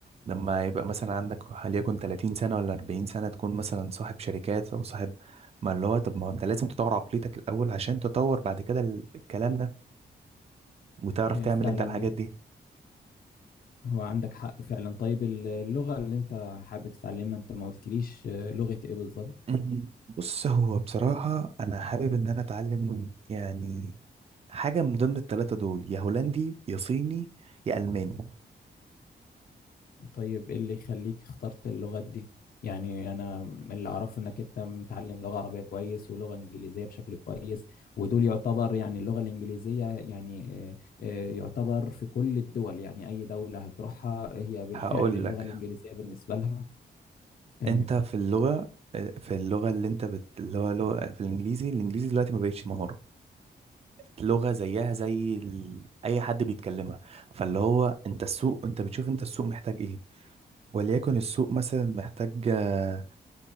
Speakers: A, on the right; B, on the left.
A: لما يبقى مثلا عندك وليكن 30 سنة ولا 40 سنة تكون مثلا صاحب شركات أو صاحب ما اللي هو طب ما هو أنت لازم تطور عقليتك الأول عشان تطور بعد كده ال- الكلام ده وتعرف
B: إيه
A: تعمل
B: فعلا
A: أنت الحاجات
B: و-
A: دي
B: هو عندك حق فعلا طيب ال- اللغة اللي انت حابب تتعلمها انت ما قلتليش آه، لغة ايه بالظبط
A: <laughs> مم. بص هو بصراحة أنا حابب إن أنا أتعلم يعني حاجة من ضمن التلاتة دول يا هولندي يا صيني يا ألماني
B: طيب ايه اللي يخليك اخترت اللغات دي يعني انا اللي اعرفه انك انت متعلم لغة عربية كويس ولغة انجليزية بشكل كويس ودول يعتبر يعني اللغة الانجليزية يعني آه، آه، يعتبر في كل الدول يعني اي دولة هتروحها هي بالفعل
A: هقول
B: اللغة
A: لك
B: الانجليزية بالنسبة لها تمام
A: أنت في اللغة آه، في اللغة اللي أنت بت... اللي هو لغة في الإنجليزي الإنجليزي دلوقتي ما بقتش مهارة لغة زيها زي ال... أي حد بيتكلمها فاللي هو أنت السوق أنت بتشوف أنت السوق محتاج إيه وليكن السوق مثلا محتاج آه،